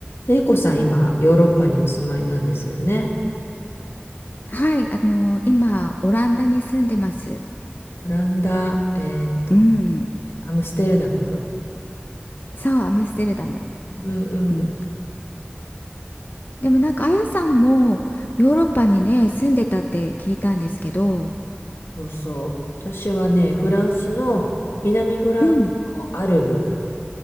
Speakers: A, on the left (about 80°); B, on the left (about 50°).
A: で、エコさん、今、ヨーロッパにお住まいなんですよね。
B: はい、あの、今、オランダに住んでます。
A: オランダ、えっと、
B: うん。
A: アムステルダム
B: そう、アムステルダム。
A: うんうんうん。
B: うん。でもなんか、あやさんもヨーロッパにね、住んでたって聞いたんですけど、
A: そうそう。私はね、フランスの、南フランスのアルル。
B: うん、